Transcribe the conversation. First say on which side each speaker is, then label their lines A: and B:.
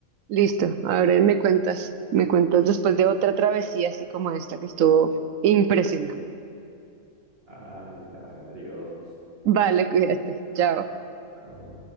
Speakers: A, on the right; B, on the right.
A: Listo, ahora me cuentas, me cuentas después de otra travesía así como esta que estuvo impresionante.
B: Vale, vale, adiós.
A: Vale, cuídate, chao.
B: Chao.